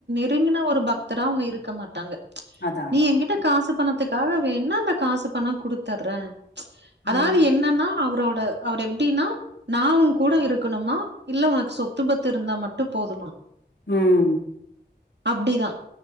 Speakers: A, on the right; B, on the left.
A: ங்கன்னா ஒரு பக்தரா அவங்க இருக்க மாட்டாங்க
B: அதா
A: நீ
B: அதா
A: எங்க இப்ப காசு பணத்துக்காக வேண்ணா அந்த காசு பணோ குடுத்தர்றேன் அதாவது
B: ம்
A: என்னன்னா அவரோட அவர் எப்படின்னா நா உன்கூட இருக்கணுமா இல்ல உனக்கு சொத்து பத்து இருந்தா மட்டும் போதுமா
B: ம்
A: அப்டிதா